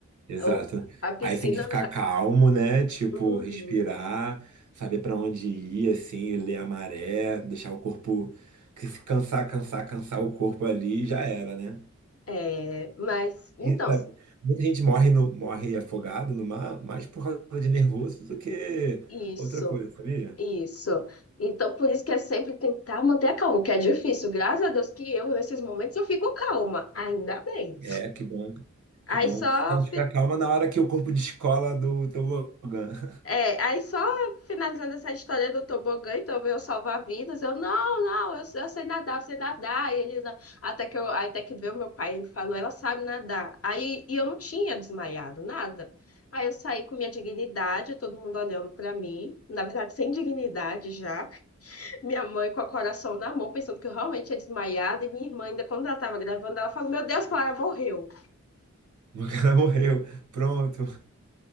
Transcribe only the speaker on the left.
Eu- a piscina
eu já.
Uhum.
É, mas então,
isso,
isso. Então, por isso que é sempre tentar manter a calma, que é difícil. Graças a Deus que eu, nesses momentos, eu fico calma, ainda bem.
Aí
só
É, aí só finalizando essa história do tobogã, então veio salvar vidas. Eu, não, não, eu, eu sei nadar, eu sei nadar. E ele, não. Até que eu, aí até que veio meu pai, ele falou, ela sabe nadar. Aí, e eu não tinha desmaiado, nada. Aí eu saí com minha dignidade, todo mundo olhando pra mim, na verdade, sem dignidade já. Minha mãe com o coração na mão, pensando que eu realmente tinha desmaiado. E minha irmã, ainda quando ela tava gravando, ela falou: Meu Deus, Clara morreu.